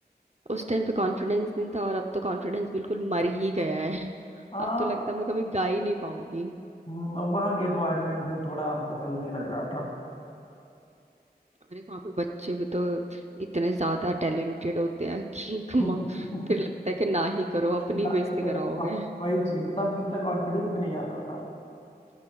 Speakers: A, on the right (about 40°); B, on the left (about 40°).
A: उस टाइम पे कॉन्फिडेंस नहीं था और अब तो कॉन्फिडेंस बिल्कुल मर ही गया है <laughs>
B: हाँ
A: अब तो लगता है मैं कभी गा ही नहीं पाऊंगी
B: हम्म, वहाँ के एनवायरनमेंट भी थोड़ा हमको सही नहीं लग रहा था
A: अरे वहां पे बच्चे भी तो इतने ज्यादा टैलेंटेड होते हैं कि <laughs> म-
B: <laughs>
A: फिर लगता है कि ना ही करो अपनी
B: ना
A: बेइज्जती
B: ही करो
A: कराओगे
B: अब वही चीज तब इतना कॉन्फिडेंस भी नहीं आता